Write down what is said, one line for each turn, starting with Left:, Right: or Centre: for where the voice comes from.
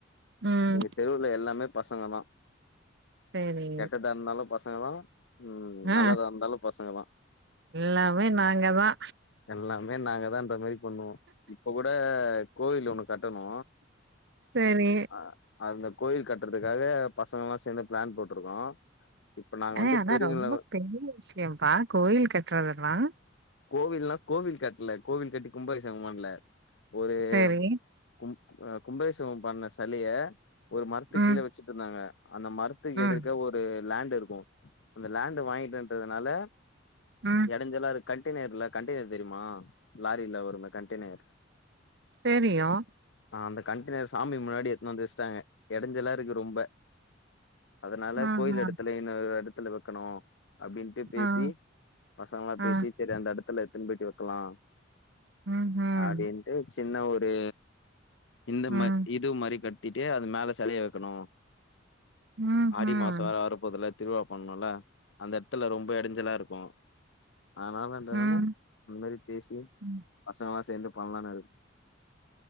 Right: ம்.
Left: எங்கத் தெருவுல எல்லாமே பசங்கதா
Right: சரி.
Left: கெட்டதா இருந்தாலு பசங்கதா ம்
Right: ஆ
Left: நல்லதா இருந்தாலும் பசங்கதா
Right: எல்லாமே நாங்கதா
Left: எல்லாமே நாங்கதான் அந்த மேரி பண்ணுவோ இப்ப கூட கோவில் ஒன்னு கட்டணு
Right: சரி.
Left: அ அந்தக் கோயில் கட்றதுக்காக பசங்களா சேந்து பிளான் போட்ருக்கோ இப்ப நாங்க
Right: அ
Left: வந்து
Right: அதா
Left: பெரியங்கள
Right: ரொம்ப பெரிய விஷியம்ப்பா கோயில் கட்றதுலா
Left: கோவில்னா கோவில் கட்ல கோவில் கட்டி கும்பாபிஷேகம் பண்ல ஒரு
Right: சரி.
Left: கும் அ கும்பாபிஷேவம் பண்ண செலைய ஒரு மரத்துக்
Right: ம்.
Left: கீழ வெச்சுட்ருந்தாங்க அந்த மரத்துக்கு
Right: ம்.
Left: எதிர்க ஒரு லேண்ட்டுருக்கு அந்த லேண்டு் வாங்கிட்டன்டறதுனால
Right: ம்.
Left: எடஞ்சலாருக் கண்டேனர் இல்ல கண்டெய்னர் தெரியுமா லாரில வருமே கண்டெய்னர்
Right: தெரியும்
Left: ஆ அந்த கண்டேனர் சாமி முன்னாடி எத்துனு வந்து வச்ட்டாங்க எடைஞ்செல்லா இருக்கு ரொம்ப அதனால
Right: ஆஹா.
Left: கோயில் எடத்துல இன்ன எடத்துல வைக்கனோ அப்டின்ட்டு பேசி
Right: ஆ.
Left: பசங்கல்லா
Right: ஆ
Left: பேசி சேரி அந்த எடத்துல எடுத்துனு போயிட்டு வெக்கலா
Right: ம்ஹும்
Left: அடின்ட்டு ஜின்ன ஒரு இந்த
Right: ம்
Left: ம இது மாரி கட் தீட்டு அது மேல சலைய வெக்கணு
Right: ம்ஹும்
Left: ஆடி மாசோ வேற வரபோதுல திருவா பண்ணனும்ல அந்த இட்த்துல ரொம்ப எடைஞ்சலா இருக்கும் அதனாலன்றதுனால
Right: ம்
Left: அந்த மாதிரி பேசி
Right: ம்
Left: பசங்கல்லா சேந்து பண்லானு இருக்